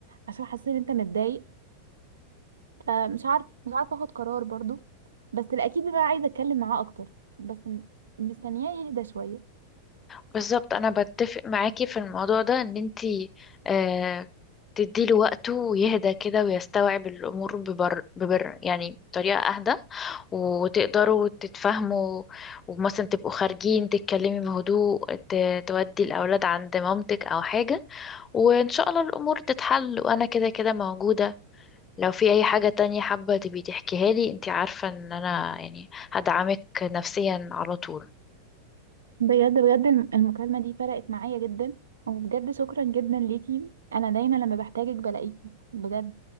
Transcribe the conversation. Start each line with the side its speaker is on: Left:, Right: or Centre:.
Right: عشان حاسس ان انت متضايق فمش عارف مش عارفه اخد قرار برضو بس الاكيد ان انا عايزه اتكلم معاه اكتر بس م- مستنياه يهدى شويه
Left: بالظبط انا بتفق معاكي في الموضوع ده ان انتي آه تديله وقته ويهدى كده ويستوعب الامور ببر, ببر يعني بطريقه اهدى وتقدروا تتفاهموا ومثلا تبقوا خارجين تتكلمي بهدوء ت- تودي الاولاد عند مامتك او حاجه وان شاء الله الامور تتحل وانا كده كده موجوده لو في اي حاجه تانية حابه تبي تحكيها لي انتي عارفه ان انا يعني هدعمك نفسيا على طول
Right: بجد بجد الم- المكالمه دي فرقت معايا جدا وبجد شكرا جدا ليكي انا دايما لما بحتاجك بلاقيكي بجد